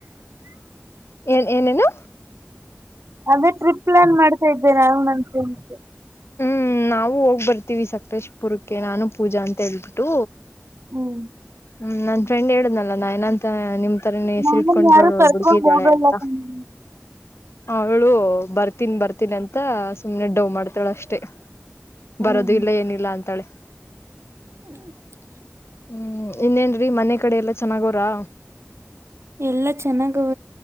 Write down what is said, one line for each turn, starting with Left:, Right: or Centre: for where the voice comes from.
Left: ಏನ್ ಏನೇನು.
Right: ಅದೇ ಟ್ರಿಪ್ ಪ್ಲಾನ್ ಮಾಡ್ತಾ ಇದ್ದೆನೆ ನಾನು ನನ್ನ ಫ್ರೆಂಡ್ಸ್
Left: ಹ್ಮ್ ನಾವು ಹೋಗ್ ಬರ್ತೀವಿ ಸಕಲೇಶಪುರಕ್ಕೆ ನಾನು ಪೂಜಾ ಅಂತ ಹೇಳ್ಬಿಟ್ಟು
Right: ಹ್ಮ್
Left: ಹ್ಮ್ ನನ್ ಫ್ರೆಂಡ್ ಹೇಳಿದುನಲ್ಲ ನಯನ. ನಿಮ್ ತರನೇ ಹೆಸರಿ
Right: ನಮ್ಮನ್
Left: ಇಟ್ಕೊಂಡರೋಳ
Right: ಯಾರು ಕರ್ಕೊಂಡ್
Left: ಒಬ್ಬಳು ಹುಡುಗಿದ್ದಾಳೆ
Right: ಹೋಗಲ್ಲ
Left: ಅಂತ
Right: ಕಣ್ರೀ
Left: ಅವಳು ಬರ್ತೀಣಿ ಬರ್ತೀನಿ ಅಂತ ಸುಮ್ನೆ ಡೌವ್ ಮಾಡ್ತಾಳ ಅಷ್ಟೇ. ಬರೋದು
Right: ಹ್ಮ್
Left: ಇಲ್ಲ ಏನಿಲ್ಲ ಅಂತಾಳೆ.
Right: <inaudible>
Left: ಹ್ಮ್ ಇನ್ನೇನ್ರೀ ಮನೆ ಕಡೆ ಎಲ್ಲ ಚೆನ್ನಾಗವರಾ.
Right: ಎಲ್ಲ ಚೆನ್ನಾಗಿ.